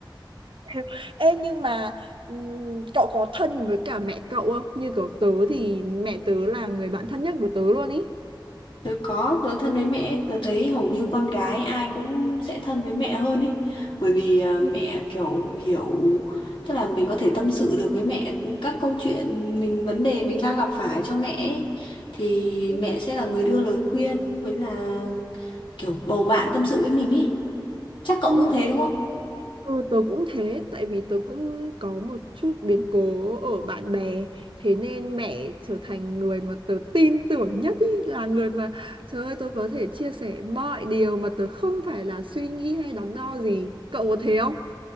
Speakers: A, on the right; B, on the left.
A: ê, ê, nhưng mà ừm, cậu có thân với cả mẹ cậu không như kiểu tớ thì mẹ tớ là người bạn thân nhất của tớ luôn ý
B: Tớ có, tớ thân với mẹ, tớ thấy hầu như con gái ai cũng sẽ thân với mẹ hơn ý. Bởi vì à,
A: Ừ.
B: mẹ kiểu hiểu, tức là mình có thể tâm sự được với mẹ các câu chuyện, mình vấn đề mình đang gặp phải cho mẹ ý. Thì
A: Ừ,
B: mẹ sẽ là người đưa lời khuyên với là kiểu bầu bạn tâm sự với mình ý. Chắc cậu
A: ừ,
B: cũng thế đúng không?
A: Ừ, tớ cũng thế, tại vì tớ cũng có một chút biến cố ở bạn bè, thế nên mẹ trở thành người mà tớ tin tưởng nhất ý, là người mà trời ơi tớ có thể chia sẻ mọi điều mà tớ không phải là suy nghĩ hay đắn đo gì. Cậu có thế không?